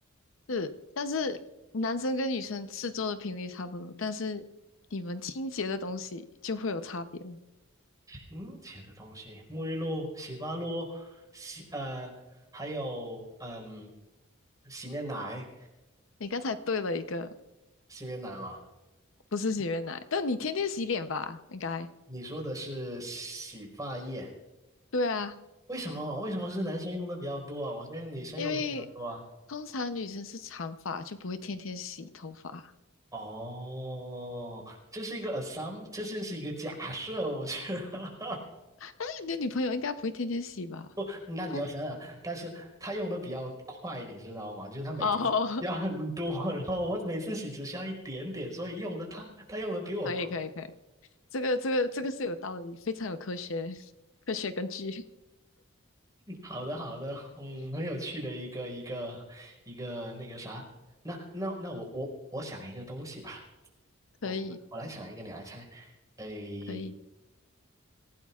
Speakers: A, on the left; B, on the right.
A: 是，但是男生跟女生吃做的频率差不多，但是你们清洁的东西就会有差别了。
B: 清洁的东西，沐浴露、洗发露、洗呃，还有嗯，洗面奶，
A: 你刚才对了一个，
B: 洗面奶吗？
A: 不是洗面奶，但你天天洗脸吧？应该。
B: 你说的是洗发液，
A: 对啊，
B: 为什么？为什么是男生用的比较多啊？我觉得女生用的比较多啊。
A: 因为通常女生是长发，就不会天天洗头发。
B: 哦，这是一个 assum，这是是一个假设，我觉得。
A: 那你的女朋友应该不会天天洗吧？
B: <laughs> 那你要想想，
A: 通
B: 但是他用的比较快，你知道吗？就是他每次要很多，
A: 哦，
B: 然后我每次洗只需要一点点，所以用的他他用的比我快。
A: <laughs> 可以可以可以，这个这个这个是有道理，非常有科学科学根据，
B: 好的，好的，
A: <laughs>
B: 嗯，很有趣的一个一个一个那个啥。那那那我我我想一个东西吧，我我来想一个，
A: 可以
B: 你来猜。诶，
A: 可以，